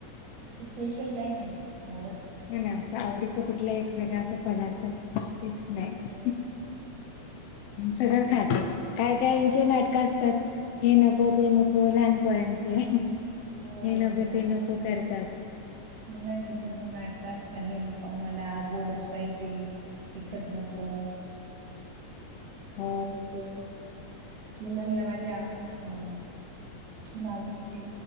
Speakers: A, on the right; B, on the left.
A: असं स्पेशल काही नाही आवडत.
B: नाही नाही अस आवडीच कुठला एक मेकांच अस पदार्थ फिक्स नाही.
A: हो,
B: सगळं खाते, काय कायचे नाटकं असतात. हे नको ते नको लहानपुरांचे हे
A: हो.
B: नको ते नको करतात.
A: मुलांचे भरपूर नाटकं असत. हे नको आम्हाला गोडच पाहिजे. तिखट नको.
B: हो
A: माहिती असत मुलांना माझ्या अं. नागलीचे